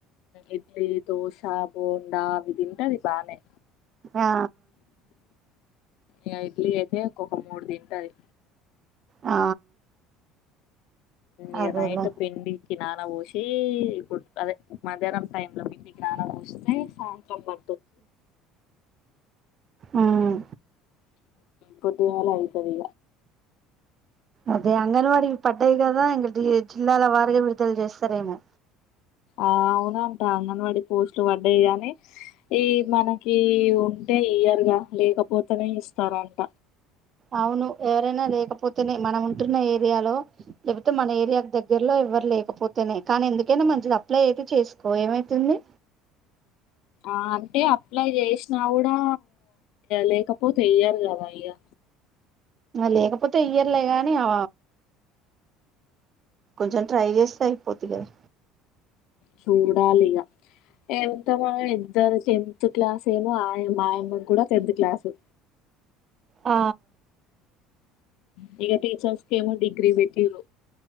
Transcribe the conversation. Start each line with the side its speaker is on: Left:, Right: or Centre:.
Left: ఇడ్లీ దోసా బోండా అ తింటది బానే
Right: ఆ
Left: ఇ ఇడ్లీ అయితే ఒక ఒక మూడు దన్ తిండి
Right: ఆ
Left: ఇ
Right: అదేలే
Left: నైట్ పెండి కి నాన పోసి ఇప్పుడు అదే మధ్యాహ్నం టై లో పింటికి నాన పోస్తే సాయంత్రం ప
Right: మ్మ్
Left: పొటి అయితది
Right: అదే అంగన్వాడీ పడ్డాయి కదా ఇంక జిల్లాల వారగా విడుదలు చేస్తారేమో
Left: ఆ అవునాంట అంగన్వాడీ పోస్ట్లు పడ్డాయి గానీ ఈ మనకి అంటే ఇయర్ గా లేకపోతేనే ఇస్తారంట
Right: అవును ఎవరైనా లేకపోతేనే మనం ఉంటున్న ఏరియాలో లేకపోతే మన ఏరియా దగ్గరలో ఎవ్వరు లే లేకపోతేనే కానీ ఎందుకైనా మంచిది అప్లై అయితే చేసుకో ఏమైతుంది
Left: ఆ అంటే అప్లై చేసినా కూడా లేకపోతే అయ్యారు కదా అయ్యా
Right: లేకపోతే ఇయ్యర్లే గాని అ కొంచెం ట్రై చేస్తా అయిపోతు కదా
Left: చూడాలిగా ఏంత మ ఇద్దరు టెన్త్ క్లాస్ ఏమో మాయమ్మ కూడా టెన్త్ క్లాసు
Right: ఆ
Left: హ ఇక టీచర్స్ క ఏమ డిగ్రిీ బట్టు